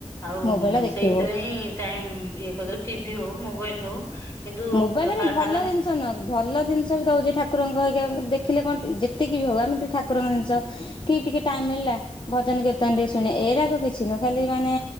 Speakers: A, on the left; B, on the left.
A: ଆଉ
B: ମୋବାଇଲ ଦେଖିବୁ
A: ସେଇଥେରେ ହିଁ ଟାଇମ ଇଏ କରିଦଉ ଟିଭି ହଉ ମୋବାଇଲ ହଉ କିନ୍ତୁ
B: ମୋବାଇଲରେ
A: କା
B: ଭଲ
A: ସାଙ୍ଗେ
B: ଜିନିଷ ଭଲ ଜିନିଷ ବି ଦଉଚି ଠାକୁରଙ୍କ ହେଇ ଦେଖିଲେ କଣ ଯେତିକି ବି ହଉ ଆମେ ଟିକେ ଠାକୁରଙ୍କ ଜିନଷ କି ଟିକେ ଟାଇମ ମିଳିଲା ଭଜନ କୀର୍ତ୍ତନଟିକେ ଶୁଣି ଏଇରାକ କିଛି ନୁହେଁ ଖାଲି ମାନେ